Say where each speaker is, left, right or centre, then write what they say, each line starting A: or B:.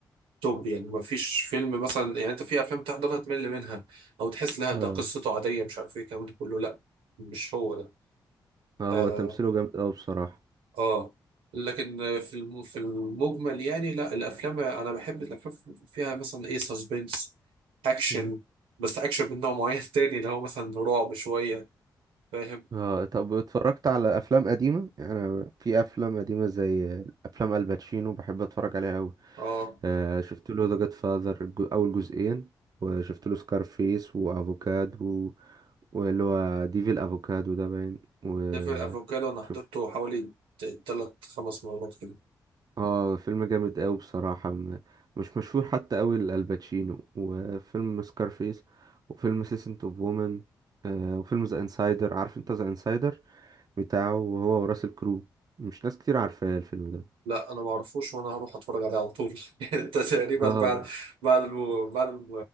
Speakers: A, on the right; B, on the right.
A: توب يعني ما فيش فيلم مثلا يعني انت في افلام تحضرها تمل منها او تحس لا ده
B: اه
A: قصته عاديه مش عارف ايه الكلام ده كله لا مش هو ده
B: اه
A: اه,
B: هو تمثيله جامد اوي بصراحه
A: آه. لكن في الم- في المجمل يعني لا الافلام انا بحب الافلام فيها مثلا ايه سسبنس اكشن
B: مم.
A: بس اكشن من نوع معين تاني اللي هو مثلا رعب شويه فاهم
B: اه طب اتفرجت على افلام قديمه يعني انا في افلام قديمه زي افلام الباتشينو بحب اتفرج عليها اوي
A: اه
B: آه، شفت له ذا جاد فاذر اول جزئين وشفت له سكارفيس وافوكادو واللي هو ديفل افوكادو ده باين وشفت
A: دافع الافوكادو انا حضرته حوالي تلات خمس مرات كده
B: اه فيلم جامد قوي بصراحة م- مش مشهور حتى قوي لالباتشينو وفيلم سكارفيس وفيلم سيسنت اوف وومن وفيلم ذا انسايدر عارف انت ذا انسايدر بتاعه هو وراسل كرو مش ناس كتير عارفاه الفيلم ده
A: لا انا ما اعرفوش وانا هروح اتفرج عليه على طول <laughs> انت تقريبا
B: اه
A: بعد بعد الم... بعد الم...